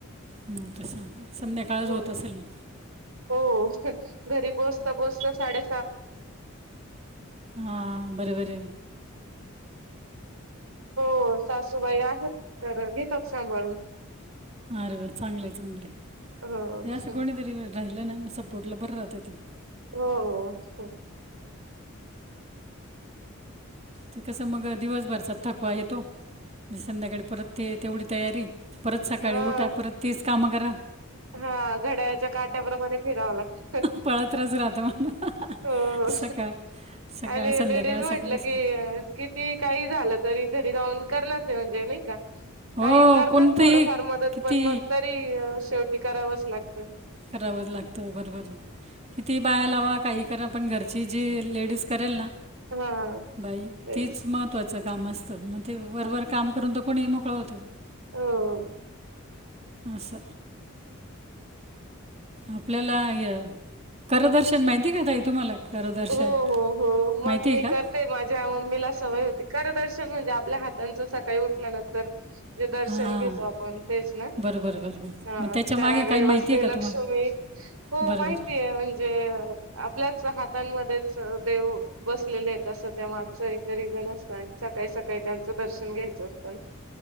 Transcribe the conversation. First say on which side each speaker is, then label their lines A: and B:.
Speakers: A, on the right; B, on the right.
A: हो तसं संध्याकाळच
B: हो
A: होत असेल म.
B: हो घरी पोहचता पोहोचता साडे
A: हा बरे बरे
B: हो सासूबाई आहे तर घेतात सांभाळून.
A: अरे वा चांगलं आहे चांगलं आहे,
B: हो
A: हे असं कोणीतरी राहिलं ना सपोर्ट ला बरं राहतं ते.
B: हो असतं
A: ते कसं मग दिवसभरचा थकवा येतो तो म्हणजे संध्याकाळी परत ते तेवढी तयारी परत सकाळी
B: हा
A: उठा परत तीच कामं करा.
B: हा घड्याच्या काट्याप्रमाणे फिरावं लाग
A: पळतच राहतं म्हणून
B: हो
A: सकाळ सकाळ,
B: आणि
A: संध्याकाळ
B: लेडीज
A: सकाळ
B: म्हटलं
A: संध्याकाळ
B: की किती काही झालं तरी घरी जाऊन करण्याच म्हणजे नाही का
A: हो
B: काही करतात
A: कोणतंही
B: थोडफार मदत
A: किती
B: पण मग तरी शेवटी करावच लाग
A: करावंच लागतं बरोबर किती बाया लावा काही करा पण घरची जी लेडीज करेल ना
B: हा
A: बाई
B: तेच
A: तीच महत्वाचं काम अस तं मग ते वरवर
B: हा
A: काम करून तर कोणी मोकळं होतो.
B: हो.
A: स आपल्याला हे हाय करदर्शन माहिती का ताई तुम्हाला? करदर्शन
B: हो हो हो मग
A: माहिती आहे
B: मी
A: का
B: करते माझ्या मम्मीला सवय होती करदर्श <unintelligible> म्हणजे आपल्या हाताच सकाळी उठल्यानंतर जे दर्शन
A: हां
B: घेतो आपण तेच ना?
A: बरं बरं बरं बरं
B: हा
A: मग त्याच्या
B: कराग्रय
A: मागे काही माहिती
B: वसते
A: आहे का
B: लक्ष्मी
A: तुम्हाला
B: हो
A: बरं
B: माहितीय
A: बरं
B: म्हणजे अ आपल्याच हात हातांमध्येच देव बसलेले आहेत असं त्या मागचा एकरीगन असतं आणि सकाळी सकाळी त्यांचा दर्शन घ्यायचं असतं न.